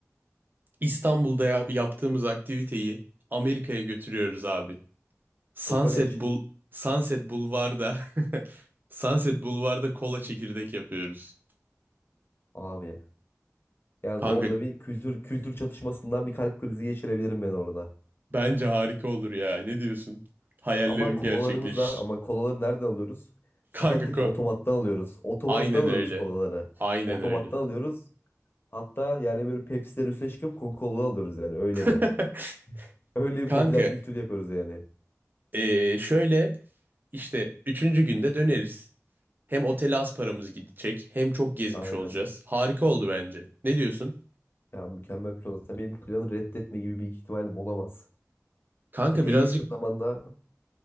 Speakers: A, on the right; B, on the left.
A: İstanbul'da ya- yaptığımız aktiviteyi Amerika'ya götürüyoruz abi. Sunset
B: Kokoreç.
A: Bul Sunset Bulvar'da <laughs> Sunset Bulvar'da kola çekirdek yapıyoruz.
B: Abi. Yani
A: Kanka
B: orada bir kültür kültür çatışmasından bir kalp krizi geçirebilirim ben orada.
A: bence harika olur ya. Ne diyorsun? Hayallerim
B: Ama kolalarımız
A: gerçekleşir.
B: da ama kolaları nereden alıyoruz? Sokaktaki
A: Kanka ko
B: otomattan alıyoruz. Otomattan
A: aynen
B: alıyoruz
A: öyle.
B: kolaları.
A: Aynen
B: Otomattan
A: öyle.
B: alıyoruz. Hatta yani böyle Pepsi'ler üstüne çıkıp Coca-Cola alıyoruz yani öyle
A: <laughs>
B: bir. Öyle
A: Kanka
B: bir popüler kültür yapıyoruz yani.
A: eee, şöyle işte üçüncü günde döneriz. Hem otele az paramız gidecek hem çok gezmiş
B: Aynen.
A: olacağız. Harika oldu bence. Ne diyorsun?
B: Ya mükemmel plan. Sen benim planı reddetme gibi bir ihtimalim olamaz.
A: Kanka
B: Ya En
A: birazcık
B: yakın zamanda